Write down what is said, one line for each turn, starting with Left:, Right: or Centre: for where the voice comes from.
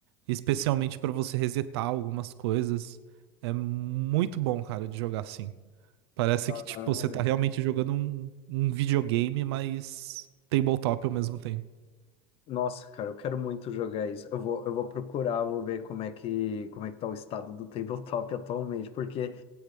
Right: especialmente para você resetar algumas coisas. É muito bom, cara, de jogar assim. Parece
Left: uhum.
Right: que tipo você tá realmente jogando um, um videogame, mas tabletop ao mesmo tempo.
Left: Nossa, cara, eu quero muito jogar isso. Eu vou, eu vou procurar, vou ver como é que, como é que tá o estado do tabletop <laughs> atualmente, porque